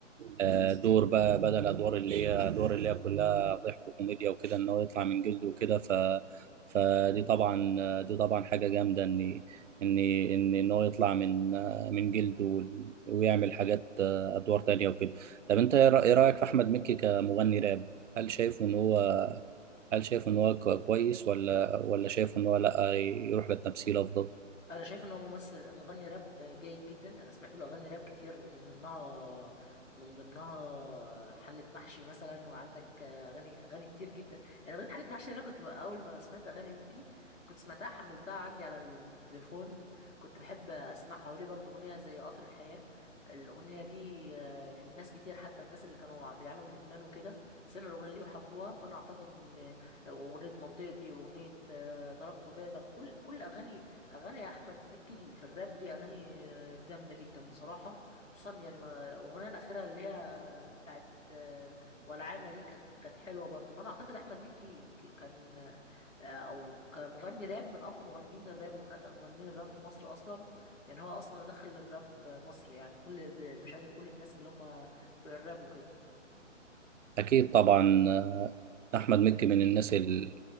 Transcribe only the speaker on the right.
آه، دور بقى بدل ادوار اللي هي ادوار اللي هي كلها ضحك وكوميديا وكده ان هو يطلع من جلده وكده ف فدي طبعا دي طبعا حاجه جامده ان ان ان ان هو يطلع من آه، من جلده وال- ويعمل حاجات آه، ادوار تانية وكده طب انت ايه رأ- إيه رايك في احمد مكي كمغني راب هل شايفه ان هو هل شايفه ان هو ك- كويس ولا ولا شايفه ان هو لا يروح للتمثيل افضل
أكيد طبعا آه، أحمد مكي من الناس ال...